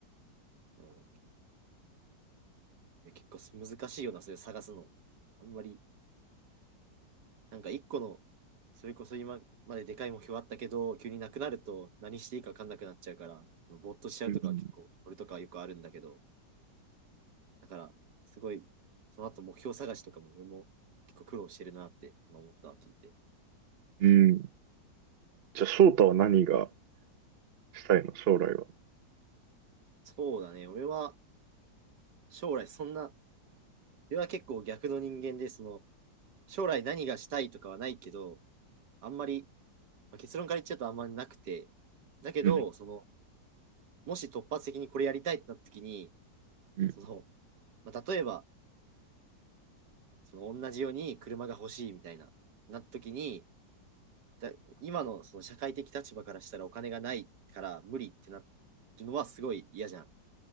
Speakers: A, on the right; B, on the right.
A: うん、いや結構す難しいよな、それ探すの。あんまり、なんか一個の、それこそ今まででかい目標あったけど、急になくなると何していいか分かんなくなっちゃうから、ぼーっとしちゃうとかは結構、
B: うん。
A: 俺とかはよくあるんだけど、だから、すごい、その後目標探しとかも俺も結構苦労してるなって今思ったわ、聞いて。
B: うん。じゃあ、翔太は何がしたいの将来は。
A: そうだね、俺は将来そんな、俺は結構逆の人間で、その、将来何がしたいとかはないけど、あんまり、まあ、結論から言っちゃうとあんまりなくて、だけど、
B: うん。
A: その、もし突発的にこれやりたいってなった時に、
B: うん。
A: その、まあ、例えば、その同じように車が欲しいみたいな、なった時に、だ今のその社会的立場からしたらお金がないから無理ってなってるのはすごい嫌じゃん。